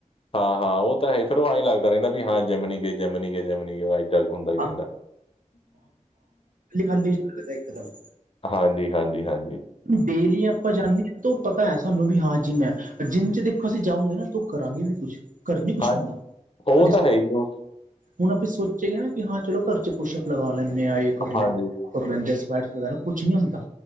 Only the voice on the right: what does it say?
ਹਾਂ ਹੱਲਿਸ਼ ਇੱਕਦਮ
ਡੇਲੀ ਆਪਾਂ ਜਾਂਣੇ ਤੋ ਪਤਾ ਹੈ ਸਾਨੂੰ ਵੀ ਹਾਂ ਜਿੰਮ ਐ ਜਿੰਮ ਚ ਦੇਖੋ ਅਸੀਂ ਜਾਉਗੇ ਨਾ ਤੂੰ ਕਰਾਂਗੇ ਵੀ ਕੁਛ ਘਰ ਨੀ ਕੁਛ
ਹੁੰਦਾ
ਅੱਜ
ਹੁਣ ਆਪੇ ਸੋਚੇਏ ਨਾ ਕਿ ਹਾਂ ਚਲੋ ਘਰ ਚ ਪੁੱਛ ਅਪ ਲਗਾ ਲੈਂਦੇ ਹਾ ਏ ਕਰ ਲੇਣੇ
ਆ। ਵਗੈਰਾ, ਕੁਛ ਨੀ ਹੁੰਦਾ।